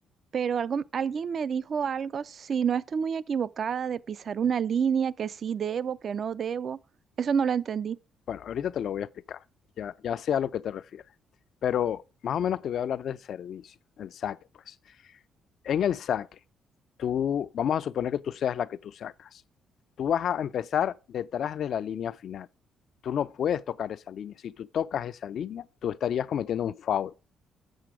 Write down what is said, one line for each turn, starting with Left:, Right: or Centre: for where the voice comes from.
Right: Pero algo, alguien me dijo algo, si no estoy muy equivocada, de pisar una línea, que sí debo, que no debo. Eso no lo entendí.
Left: Bueno, ahorita te lo voy a explicar, ya, ya sé a lo que te refieres, pero más o menos te voy a hablar del servicio, el saque, pues. En el saque, tú, vamos a suponer que tú seas la que tú sacas. Tú vas a empezar detrás de la línea final. Tú no puedes tocar esa línea. Si tú tocas esa línea, tú estarías cometiendo un foul